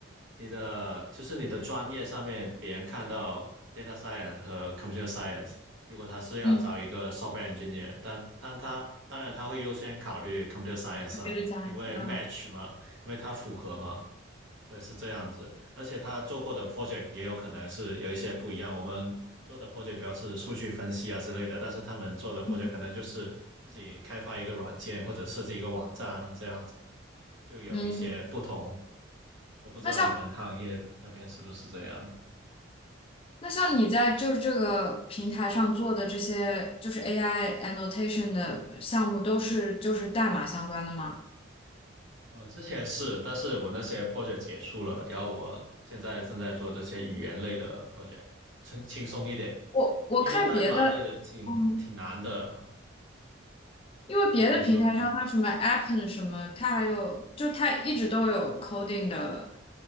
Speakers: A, on the right; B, on the left.
A: 你的，就是你的专业上面，别人看到 data science 和 computer science，如果他是要招一个
B: 嗯，
A: software engineer，但但他当然他会优先考虑 computer science
B: 接着讲一下，
A: 啊，因为
B: 嗯
A: match 嘛，因为它符合嘛，所以是这样子，而且他做过的 project 也有可能是有一些不一样。我们做的 project 主要是数据分析啊之类的，但是他们做的 project
B: 嗯
A: 可能就是自己开发一个软件或者设计一个网站这样子，就有一些不同。
B: 嗯，
A: 我不知道你们行业那边是不是这样。
B: 那像那像你在就是这个平台上做的这些，就是 AI annotation 的项目，都是就是代码相关的吗？
A: 呃，之前是，但是我那些 project 结束了，然后我现在正在做这些语言类的 project，轻轻松一点，
B: 我我看别的，
A: 因为代码类的挺挺难的。
B: 嗯，因为别的平台上它什么
A: 嗯，你说
B: Appen 什么，它还有就它一直都有 coding 的，